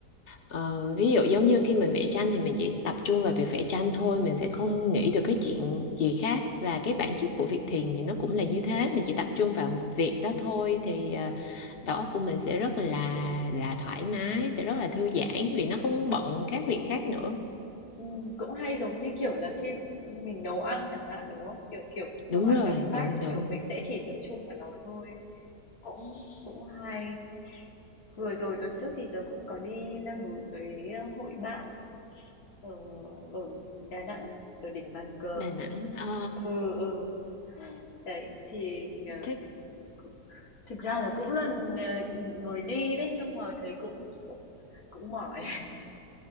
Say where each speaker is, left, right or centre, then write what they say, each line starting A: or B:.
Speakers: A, on the left; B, on the left.
A: Ờ, ví dụ giống như khi mình vẽ tranh thì mình chỉ tập trung vào việc vẽ tranh thôi mình sẽ không nghĩ được cái chuyện gì khác và cái bản chất của việc thiền thì nó cũng là như thế mình chỉ tập trung vào một việc đó thôi thì ờ, đầu óc của mình sẽ rất là là thoải mái sẽ rất là thư giãn vì nó không bận các việc khác nữa
B: Ừm, cũng hay giống như, kiểu là, khi mình nấu ăn chẳng hạn, đúng không? Kiểu, kiểu, nấu
A: đúng
B: ăn,
A: rồi
B: đọc sách,
A: đúng đúng
B: kiểu, mình sẽ chỉ tập trung vào nó thôi, cũng cũng hay. Vừa rồi tuần trước thì tớ cũng có đi leo núi với, ờ, hội bạn ở ở Đà Nẵng, ở đỉnh Bàn Cờ.
A: Đà Nẵng à,
B: Ừ, ừ, đấy, thì, ờ,
A: thích
B: cũng thực ra là cũng
A: <laughs>
B: lần, ờ, mới đi đấy, nhưng mà thấy cũng cũng cũng mỏi.